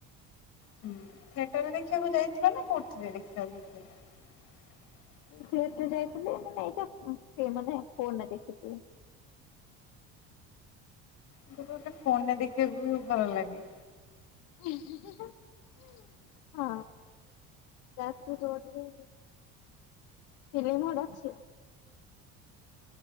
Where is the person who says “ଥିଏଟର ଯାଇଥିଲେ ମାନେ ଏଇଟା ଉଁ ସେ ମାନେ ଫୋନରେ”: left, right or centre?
Left